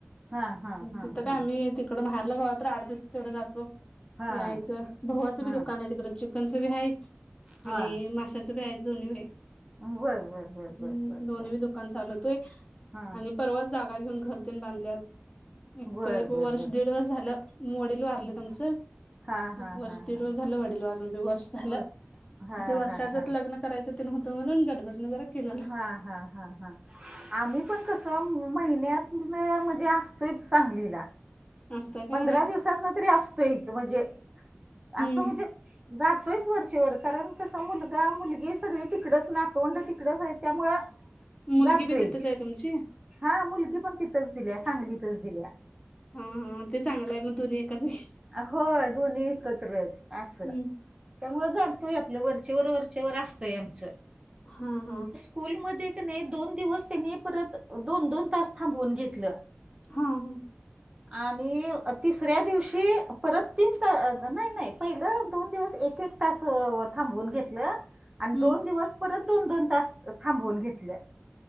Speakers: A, on the right (about 20°); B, on the left (about 25°).
A: हा हा हा
B: तिथं काय
A: हा
B: आम्ही ति तिकड माहेरला कवातर आठ दिवस तेवढ जातो.
A: हा
B: यायचं, भावाचं
A: हा
B: बी दुकान आहे तिकडं, चिकनचं बी हाय
A: हा
B: आणि माशाच बी हाय जुनी बी हाय.
A: बर बर बर
B: हम्म,
A: बर बर
B: दोन्ही
A: बर
B: बी दुकान चालवतोय
A: हा
B: आणि परवाच जागा घेऊन घरा‌ तेन बांधल्यात. एक
A: बर बर
B: वर्ष,
A: बर
B: दीड वर्ष झालं
A: झालं
B: वडील वारलेत
A: हे झालं तिचं
B: आम च
A: हा
B: एक
A: हा हा
B: वर्ष,
A: हा
B: दिड वर्ष झालं वडील वारून बी वर्ष झालं.
A: व डिस्चार्ज
B: ते वर्षाच्या
A: झाला.
B: आत लग्न करायंच तेन होत म्हणून, गडबडीने जरा केलेलं
A: हा, हा. हा, हा. आम्ही पण कसं महिन्यातन म्हणजे असतोयच सांगलीला.
B: असतं काय
A: पंधरा दिवसातन तरी असतोयच म्हणजे,
B: हम्म.
A: असं म्हणजे जातोयच वरचेवर कारण, कसा मुलगा, मुलगी सगळी तिकडच नातवंड तिकडच आहेत, त्यामुळ
B: <inaudible>
A: जातोयच,
B: बी तिथंच आहे तुमची?
A: हा मुलगी पण तिथंच दिल्या सांगलीतच दिल्या.
B: हं, हं, ते चांगलंय मग दोन्ही एकाच जागी.
A: होय, दोन्ही एकत्रच असं.
B: जागी
A: त्यामुळं जातोय आपलं, वरचेवर, वरचेवर असतंय आमचं.
B: हा, हा.
A: स्कूल मध्ये की नाई, दोन दिवस त्यांनी परत दोन, दोन तास थांबवून घेतलं.
B: हा, हा.
A: आणि तिसऱ्या दिवशी की, परत तीन तास नाय, नाय पहिलं दोन दिवस एक, एक तास थांबवून घेतलं. आणि
B: हा
A: दोन दिवस परत दोन-दोन तास थांबवून घेतले